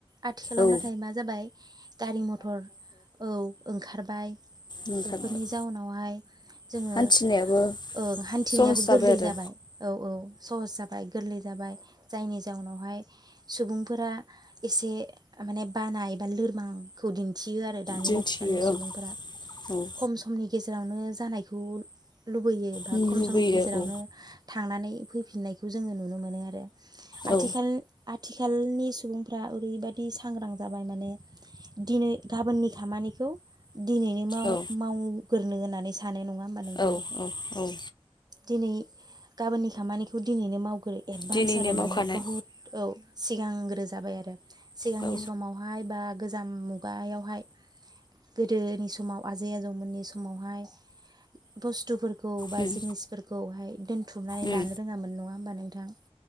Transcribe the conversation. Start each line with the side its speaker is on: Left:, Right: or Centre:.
Right: आथिखालाव
Left: औ
Right: नाथाय मा जाबाय गारि मथर औ ओंखारबाय
Left: ओंखारबाय
Right: बेफोरनि जाउनावहाय जोङो
Left: हान्थिनायाबो
Right: ओ हान्थिनायाबो
Left: सहस
Right: गोरलै
Left: आरो
Right: जाबाय औ औ सहस जाबाय गोरलै जाबाय जायनि जाउनावहाय सुबुंफोरा एसे माने बानाय एबा लोरबांखौ दिन थियो आरो दानिया
Left: दिन्थियो
Right: दानि सुबुंफोरा
Left: औ औ
Right: खम समनि गेजेराव जेरावनो जानायखौ लुबैयो बा
Left: लुबैयो
Right: खम समनि गेजेरावनो
Left: औ
Right: थांनानै फै फिननायखौ जोङो नुनो मोनो आरो आथिखाल
Left: औ
Right: आथिखालनि सुबुंफ्रा ओरैबायदि सांग्रां जाबाय माने दिनै गाबोननि खामानि खौ दिनैनो माव
Left: औ
Right: -माव गोरो होननानै सानाय नङा <unintelligible> होमबा नोंथां
Left: औ औ औ
Right: दिनै गाबोननि खामानिखौ दिनैनो मावग्रो एडभान्स
Left: दिनैनो
Right: आरो
Left: मावखानाय
Right: माने बहुद औ सिगांग्रो जाबाय आरो सिगांनि
Left: औ
Right: समावहाय बा गोदान मुगायावहाय गोदोनि समाव आजै -आजौमोननि समावहाय बुस्थुफोरखौ खौ बा
Left: उम
Right: जिनिसफोरखौहाय दोनथुमनानै
Left: उम
Right: लानो रोङामोन नङा होनोमबा नों दां